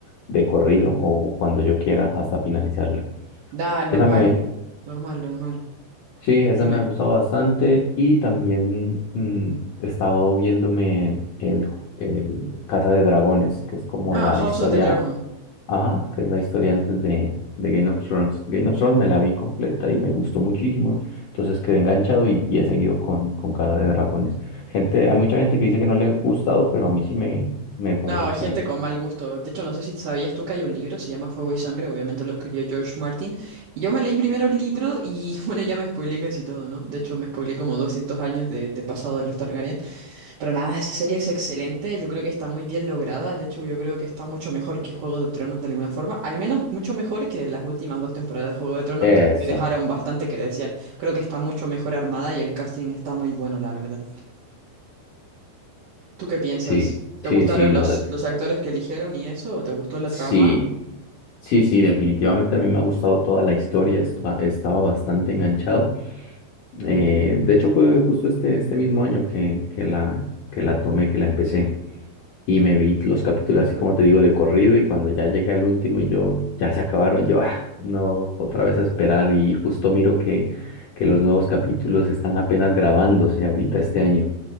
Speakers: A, on the left; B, on the right.
A: de corrido o cuando yo quiera hasta finalizarla.
B: Da, normal.
A: Esa me,
B: Normal, normal.
A: Sí, esa
B: Dime.
A: me ha gustado bastante y también mm, he estado viéndome el, ju- el Casa de Dragones, que es como
B: Ah,
A: la
B: House
A: historia,
B: of the Dragon.
A: ajá, que es la historia antes de, de Game of Thrones. Game of Thrones me la vi completa y me gustó muchísimo, entonces quedé enganchado y, y he seguido con, con Casa de Dragones. Gente, hay mucha gente que dice que no le ha gustado, pero a mí sí me, me parece
B: No,
A: chévere.
B: gente con mal gusto. De hecho, no sé si sabías tú que hay un libro, se llama Fuego y Sangre, obviamente lo escribió George Martin. Y yo me leí primero el libro y <laughs> bueno, ya me spoileé casi todo, ¿no? De hecho, me spoileé como 200 años de, de pasado de los Targaryen. Pero nada, esa serie es excelente, yo creo que está muy bien lograda, de hecho yo creo que está mucho mejor que Juego de Tronos de alguna forma, al menos mucho mejor que las últimas dos temporadas de Juego de Tronos
A: Eso,
B: que, que dejaron bastante que desear. Creo que está mucho mejor armada y el casting está muy bueno, la verdad. ¿Tú qué piensas?
A: sí,
B: ¿Te
A: sí,
B: gustaron
A: sí, no,
B: los,
A: def-
B: los actores que eligieron y eso? ¿O te gustó la
A: sí.
B: trama?
A: Sí, sí, definitivamente a mí me ha gustado toda la historia, estu- estaba bastante enganchado. Eh, de hecho, fue justo este, este mismo año que, que la, que la tomé, que la empecé y me vi los capítulos así como te digo de corrido y cuando ya llegué al último y yo, ya se acabaron, yo, ah, no, otra vez a esperar y justo miro que, que los nuevos capítulos están apenas grabándose ahorita este año.